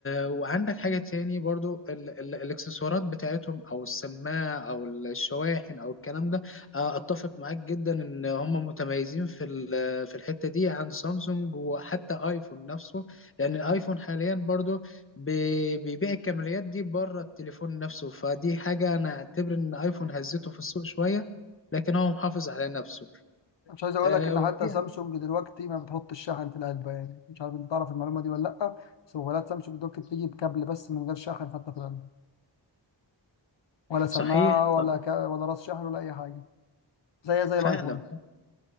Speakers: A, on the left (about 30°); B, on the left (about 70°).
A: وعندك حاجه تاني برضو ال ال الاكسسوارات بتاعتهم او السماعه او الشواحن او الكلام ده آه، اتفق معاك جدا ان هم متميزين في في الحتة دي عن سامسونج وحتى ايفون نفسه لأن الايفون حاليا برضو بي- بيبيع الكماليات دي بره التليفون نفسه فدي حاجة أنا أعتبر إن ايفون هزته في السوق شوية لكن هو محافظ على نفسه
B: مش عايز أقول
A: آه
B: لك إن
A: وفي
B: حتى سامسونج دلوقتي ما بتحط الشاحن في العلبة يعني مش عارف أنت تعرف المعلومة دي ولا لأ بس موبايلات سامسونج دلوقتي بتيجي بكابل بس من غير شاحن حتى في العلبة ولا سماعة
A: صحيح صحيح
B: ولا ك... ولا راس شاحن ولا أي حاجة زي زي
A: فعلا
B: الآيفون